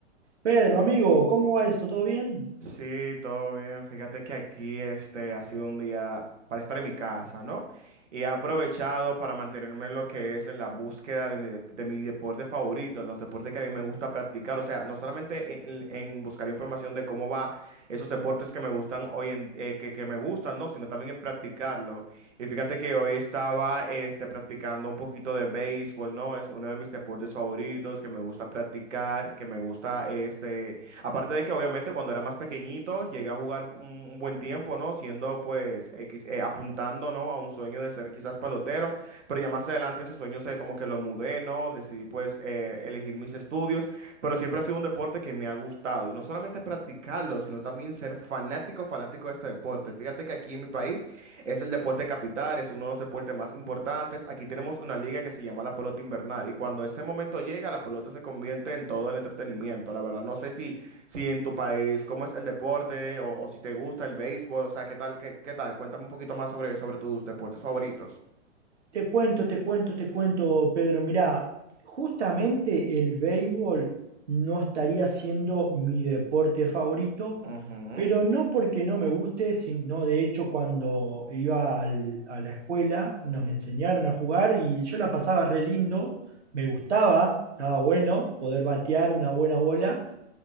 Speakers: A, on the right; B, on the right.
A: Pedro, amigo, ¿cómo va eso? ¿Todo bien?
B: Sí, todo bien. Fíjate que aquí este ha sido un día para estar en mi casa, ¿no? Y he aprovechado para mantenerme en lo que es en la búsqueda de mi, de- de mi deporte favorito, en los deportes que a mí me gusta practicar. O sea, no solamente en, en buscar información de cómo va esos deportes que me gustan hoy en eh, que, que me gustan, ¿no? Sino también en practicarlo. Y fíjate que hoy estaba este practicando un poquito de béisbol, ¿no? Es uno de mis deportes favoritos que me gusta practicar, que me gusta este Aparte de que obviamente cuando era más pequeñito llegué a jugar un un buen tiempo, ¿no? Siendo pues X- eh, apuntando, ¿no? A un sueño de ser quizás pelotero, pero ya más adelante ese sueño se como que lo mudé, ¿no? Decidí pues eh, elegir mis estudios, pero siempre ha sido un deporte que me ha gustado y no solamente practicarlo, sino también ser fanático, fanático de este deporte. Fíjate que aquí en mi país es el deporte capital, es uno de los deportes más importantes. Aquí tenemos una liga que se llama la pelota invernal y cuando ese momento llega, la pelota se convierte en todo el entretenimiento. La verdad, no sé si si en tu país, cómo es el deporte o, o si te gusta el béisbol, o sea, ¿qué tal, qué, qué tal? Cuéntame un poquito más sobre, sobre tus deportes favoritos.
A: Te cuento, te cuento, te cuento, Pedro. Mirá, justamente el béisbol no estaría siendo mi deporte favorito,
B: Ujú.
A: pero no porque no me guste, sino de hecho cuando iba al- a la escuela nos enseñaron a jugar y yo la pasaba re lindo, me gustaba, estaba bueno poder batear una buena bola,